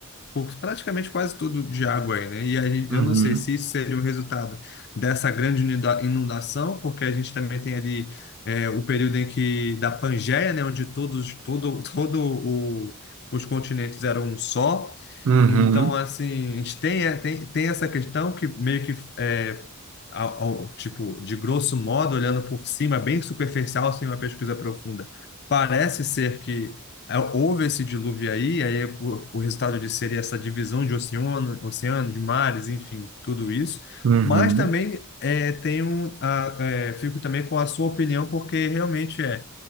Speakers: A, on the left; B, on the right.
A: por praticamente quase tudo de água aí, né? E a gente,
B: Uhum,
A: eu não sei se isso seria o resultado dessa grande inunda- inundação, porque a gente também tem ali é, o período em que da Pangeia, né, onde todos, todo, <laughs> todo o, os continentes eram um só.
B: uhum,
A: Então, assim, a gente tem, é, tem, tem essa questão que meio que é, ao- ao- tipo, de grosso modo, olhando por cima, bem superficial, sem uma pesquisa profunda, parece ser que é, houve esse dilúvio aí, aí o, o resultado disso seria essa divisão de oceano, oceano, de mares, enfim, tudo isso.
B: uhum,
A: Mas também é, tenho a- é, fico também com a sua opinião, porque realmente é,